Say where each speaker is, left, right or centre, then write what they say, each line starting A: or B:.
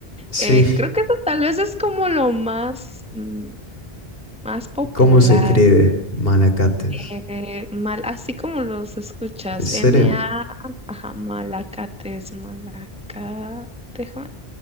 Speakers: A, on the left; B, in the centre.
A: Sí,
B: Eh,
A: <laughs>
B: creo que eso tal vez es como lo más, mm, más popular.
A: ¿cómo se escribe? Malacates.
B: Eh, mal, así como los escuchas,
A: ¿En serio?
B: M-A, ajá, malacates, malaca, déjame.